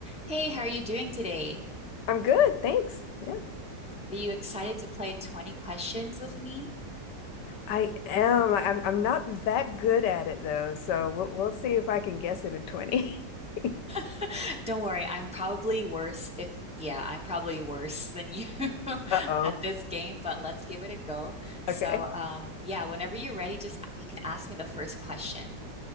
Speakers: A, in the centre; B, on the left (about 75°).
A: Hey, how are you doing today?
B: I'm good, thanks. Yeah,
A: Are you excited to play 20 questions with me?
B: I am. I- I'm I'm not that good at it though, so we'll we'll see if I can guess it in 20. <laughs>
A: <laughs> Don't worry, I'm probably worse if, yeah, I'm probably worse than you <laughs> at
B: Uh-oh.
A: this game, but let's give it a go. So,
B: Okay.
A: um, yeah, whenever you're ready, just you can ask me the first question.